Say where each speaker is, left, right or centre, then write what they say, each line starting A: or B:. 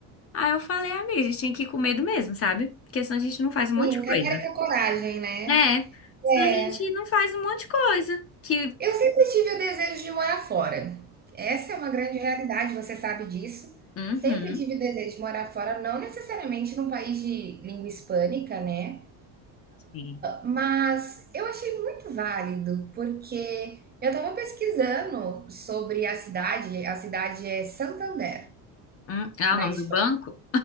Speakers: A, on the left; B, on the right.
A: Aí eu falei, amiga, a gente tem que ir com medo mesmo, sabe? Porque senão a gente não faz um
B: sim.
A: monte de coisa.
B: Cara que é coragem, né?
A: É, senão
B: É.
A: a gente não faz um monte de coisa. Que.
B: Eu sempre tive o desejo de morar fora. Essa é uma grande realidade, você sabe disso.
A: Uhum.
B: Sempre tive o desejo de morar fora, não necessariamente num país de língua hispânica, né?
A: Sim.
B: Mas eu achei muito válido, porque eu estava pesquisando sobre a cidade, a cidade é Santander,
A: Hum, ah,
B: na
A: o nome
B: Espanha.
A: do banco?